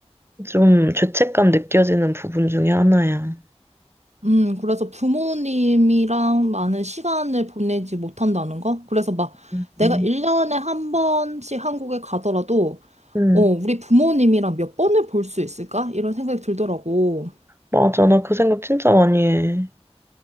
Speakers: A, on the right (about 20°); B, on the right (about 90°).
A: 좀 죄책감 느껴지는 부분 중에 하나야.
B: 음, 그래서 부모님이랑 많은 시간을 보내지 못한다는 거? 그래서 막
A: 음,
B: 내가 1년에 한 번씩 한국에 가더라도,
A: 음,
B: 어, 우리 부모님이랑 몇 번을 볼 수 있을까? 이런 생각이 들더라고.
A: 맞아. 나 그 생각 진짜 많이 해.